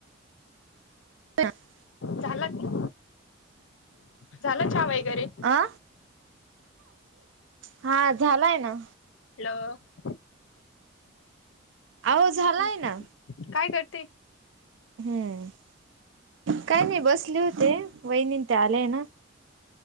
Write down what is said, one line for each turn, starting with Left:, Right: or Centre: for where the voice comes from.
Right: <unintelligible>
Left: झाला की झाला चहा वगैरे.
Right: आ हा झालाय ना.
Left: हॅलो
Right: अहो झालाय
Left: हम्म
Right: ना
Left: काय करते?
Right: हम्म काय नाही बसले होते वहिनीन ते आलेय ना.